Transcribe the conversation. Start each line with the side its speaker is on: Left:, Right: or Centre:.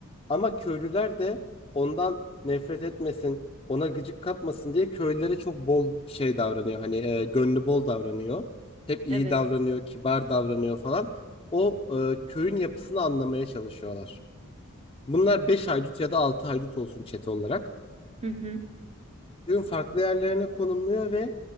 Left: Ama köylüler de ondan nefret etmesin, ona gıcık kapmasın diye köylülere çok bol şey davranıyor. Hani e, gönlü bol davranıyor. Hep iyi
Right: Evet.
Left: davranıyor, kibar davranıyor falan. O e, köyün yapısını anlamaya çalışıyorlar. Bunlar 5 haydut ya da 6 haydut olsun çete olarak
Right: Hı hı.
Left: ürün farklı yerlerine konumluyor ve